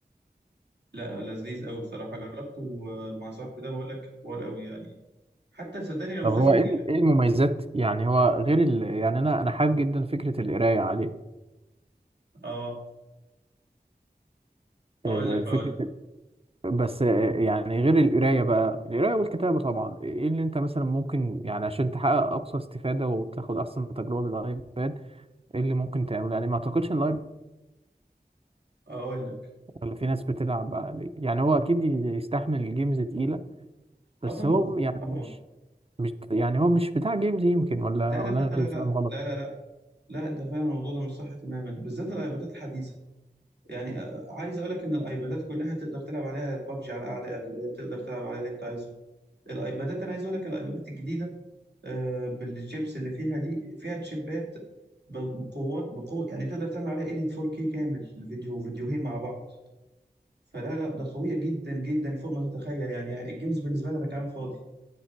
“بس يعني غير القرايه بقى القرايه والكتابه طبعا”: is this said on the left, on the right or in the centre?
Right